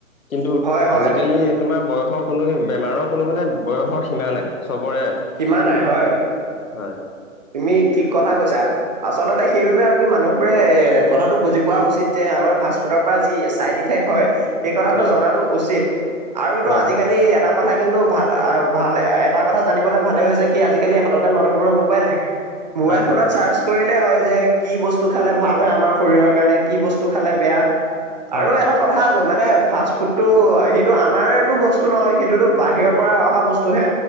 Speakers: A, on the left; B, on the right.
A: কিন্তু,
B: হয় হয়
A: আজিকালি তোমাৰ বয়সৰ কোনো বেমাৰৰ কোনো মানে বয়সৰ সীমা নাই। চবৰে
B: সীমা
A: বেমাৰ
B: নাই, হয়।
A: হয়,
B: তুমি ঠিক কথা কৈছা, আচলতে সেইবাবে আমি মানুহবোৰে এই কথাটো বুজি পোৱা উচিত যে আমাৰ <unintelligible> ফাষ্ট ফুডৰ পৰা যি চাইডিফেক্ট হয় সেই কথাটো
A: হয়
B: জনাটো উচিত আৰুতো
A: হয়
B: আজিকালি
A: হয়
B: এটা কথা কিন্তু ভাল আহ ভাল, এটা কথা জানিবলৈ ভালেই হৈছে কি আজিকালি হাততে মানুহবোৰৰ মোবাইল থাক মোবাইল
A: হয়
B: ফোনত চাৰ্চ কৰি <unintelligible> হয় যে, কি বস্তু খালে ভাল হয় আমাৰ শৰীৰৰ কাৰণে, কি বস্তু খালে বেয়া।
A: হয়
B: আৰু
A: হয়
B: এটা কথা আকৌ মানে ফাষ্ট ফুডটো সেইটো আমাৰতো বস্তু নহয়, সেইটোতো বাহিৰৰ পৰা অহা বস্তুহে।